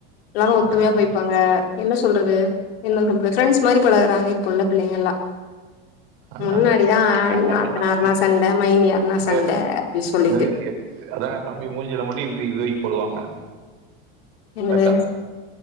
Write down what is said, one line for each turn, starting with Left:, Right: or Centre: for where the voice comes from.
Left: எல்லாரு ஒத்துமையா
Right: ஆஹ்
Left: போய்பாங்க என்ன சொல்றது என்ன சொல்றது ப்ரெண்ட்ஸ் மாரி பழகுறாங்க இப்ப உள்ள பிள்ளைங்க எல்லா
Right: ஆஹ்
Left: முன்னாடிதா
Right: ஆஹ் தம்பி
Left: நா
Right: தம்பி
Left: ணா சண்டை மைனி ஆர்னா
Right: மூஞ்சில
Left: சண்டை அப்டின்னு சொல்லிட்டு
Right: என்னது? அதாங்க தம்பி மூஞ்சில மட்டு இது இதுப் போடுவாங்க
Left: என்னது
Right: கரெக்டா